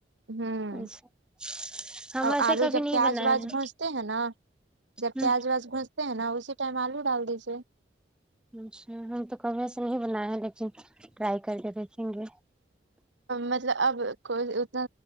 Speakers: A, on the right; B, in the centre.
A: ہوں
B: اچھا ہم
A: اور
B: ایسے
A: آلو
B: کبھی
A: جب
B: نہیں
A: پیاز
B: بنایا
A: واج
B: ہے
A: گھستے ہیں نا جب
B: ہ
A: پیاز ویاج گھستے ہیں نا اسی ٹائم آلو ڈال دیجتے
B: اچھا ہم تو کبھی ایسے نہیں بنائے ہیں لیکن ٹرائی کر کے دیکھیں گے
A: مطلب اب کوئی اتنا